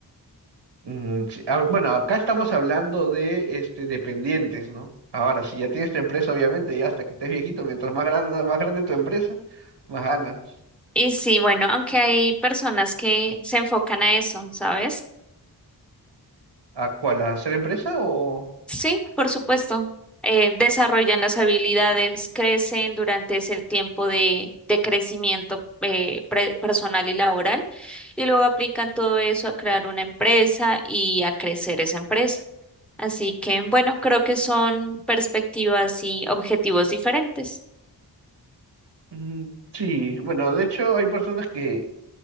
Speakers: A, on the right; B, in the centre.
A: Mm, sí, ah, bueno, acá estamos hablando de este dependientes, ¿no? Ahora, si ya tienes tu empresa, obviamente, ya hasta que estés viejito, mientras más grande, más grande tu empresa, más ganas.
B: Y sí, bueno, aunque hay personas que se enfocan a eso, ¿sabes?
A: ¿A cuál? ¿A hacer empresa o...?
B: Sí, por supuesto. Eh, desarrollan las habilidades, crecen durante ese tiempo de, de crecimiento eh, pre- personal y laboral, y luego aplican todo eso a crear una empresa y a crecer esa empresa. Así que, bueno, creo que son perspectivas y objetivos diferentes.
A: Mm, sí, bueno, de hecho hay personas que,